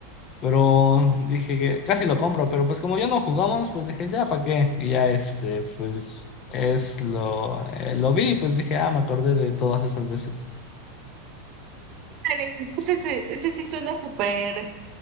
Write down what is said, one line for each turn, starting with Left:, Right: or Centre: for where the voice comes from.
Left: Pero dije que casi lo compro, pero pues como ya no jugamos, pues dije, ya, ¿para qué? Y ya este, pues es lo, eh, lo vi, pues dije, ah, me acordé de todas esas veces.
Right: Ándale, Ese, ese, ese sí suena súper.